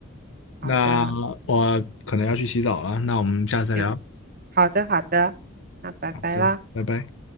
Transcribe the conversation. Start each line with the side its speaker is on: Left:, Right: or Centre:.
Right: 好的，
Left: 那我可能要去洗澡了，那我们下次再聊。
Right: 行，好的好的，那拜拜啦。
Left: 好的，拜拜。